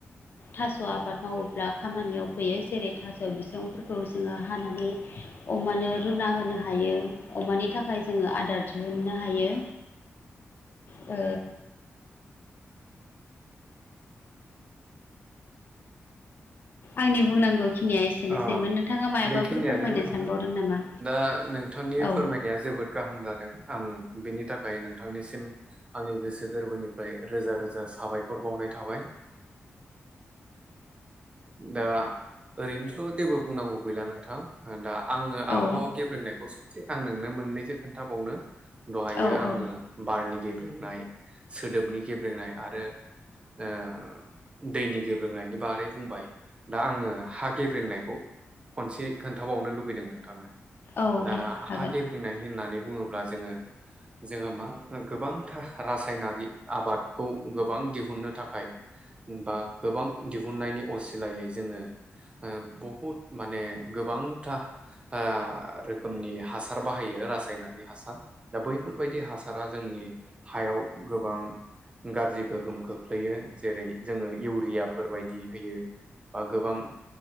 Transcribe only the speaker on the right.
अ
बेखिनियानो
नोंथां
दा नोंथांनि
फोरमायनाया जोबोद गाहाम जादों आं बेनि थाखाय नोंथांनिसिम आंनि गोसो गोरबोनिफ्राय रोजा रोजा साबायखर बावनाय थाबाय दा ओरैनोथ' जेबो बुंनांगौ गैला नोंथां दा आङो
आबहावा गेब्रेंनायखौ ससे आं नोंनो मोननैसो खोन्थाबावनो दहायो
आङो
बारनि गेब्रेंनाय सोदोबनि गेब्रेंनाय आरो ओ दैनि गेब्रेंनायनि बारै बुं दा आङो हा गेब्रेंनायखौ खनसे खोन्थाबावनो लुब फैदों नोंथांनो
दा
हागे ब्रेंनाय होननानै बुङोब्ला जोङो जोंहा मा गोबांथा रासायनारि आबादखौ गोबां दिहुनन्नो थाखाय बा गोबां दिहुननायनि असिलायै जोङो बहुद माने गोबां था ओ रोखोमनि हासार बाहायो रासायनारि हासार दा बै बैफोरबायदि हासारा जोंनि हायाव गोबां गाज्रि गोहोम खोख्लै लैयो जेरै जोङो इउरियाफोर बायदि होयो बा गोबां